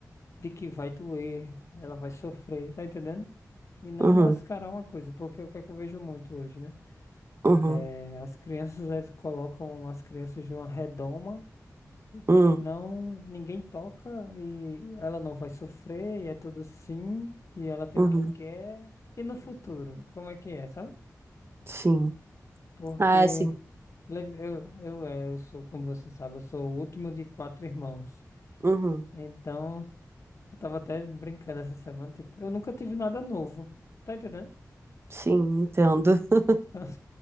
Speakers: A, on the left; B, on the right.
A: de que vai doer, ela vai sofrer, tá entendendo? E não
B: uhum,
A: mascarar uma coisa, porque o que é que eu vejo muito hoje, né?
B: uhum,
A: É, as crianças, eles colocam as crianças de uma redoma e
B: uhum,
A: que não, ninguém toca e ela não vai sofrer, e é tudo sim, e ela tem
B: uhum,
A: o que quer. E no futuro, como é que é, sabe?
B: sim.
A: Porque
B: Ah, sim.
A: leve- eu, eu, é, eu sou, como você sabe, eu sou o último de quatro irmãos.
B: Uhum,
A: Então, eu tava até brincando essa semana, tipo, eu nunca tive nada novo. Tá entendendo?
B: sim, entendo. <laughs>
A: Só,